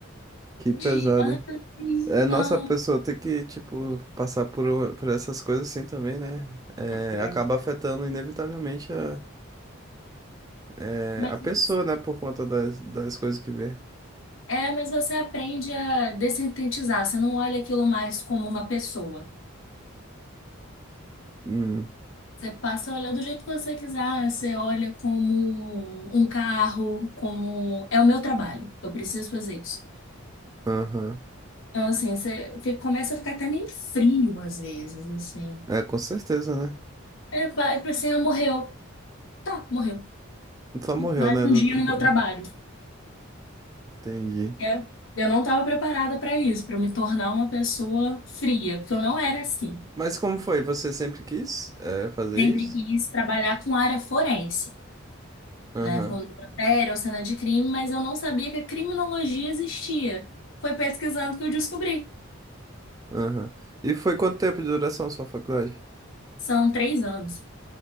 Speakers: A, on the right (about 15°); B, on the left (about 65°).
A: que pesado,
B: De... ai,
A: hein? É, nossa,
B: aham.
A: a pessoa tem que, tipo, passar por, o- por essas coisas assim também, né? É,
B: É,
A: acaba afetando inevitavelmente a, é,
B: mas,
A: a pessoa, né, por conta das, das coisas que vê.
B: é, mas você aprende a dessintetizar, você não olha aquilo mais como uma pessoa.
A: Hum,
B: Você passa a olhar do jeito que você quiser, você olha como um carro, como. É o meu trabalho, eu preciso fazer isso.
A: aham.
B: Então, assim, você fica- começa a ficar até meio frio às vezes, assim.
A: É, com certeza, né?
B: É, vai pra assim, ah, morreu. Tá, morreu.
A: Só morreu,
B: Mais
A: né?
B: um
A: <laughs>
B: dia no meu trabalho.
A: Entendi.
B: É, eu não estava preparada para isso, para me tornar uma pessoa fria, porque eu não era assim.
A: Mas como foi? Você sempre quis é, fazer
B: Sempre
A: isso?
B: quis trabalhar com área forense.
A: Aham,
B: né, com necrotério ou cena de crime, mas eu não sabia que a criminologia existia. Foi pesquisando que eu descobri.
A: aham. E foi quanto tempo de duração sua faculdade?
B: São três anos.